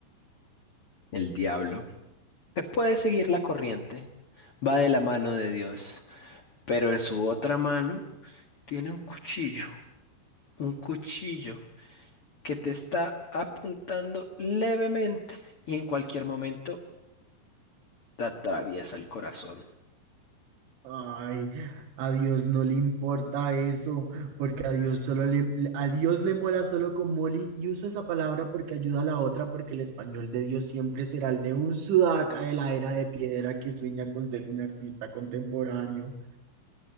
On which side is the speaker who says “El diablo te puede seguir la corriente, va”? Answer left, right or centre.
Left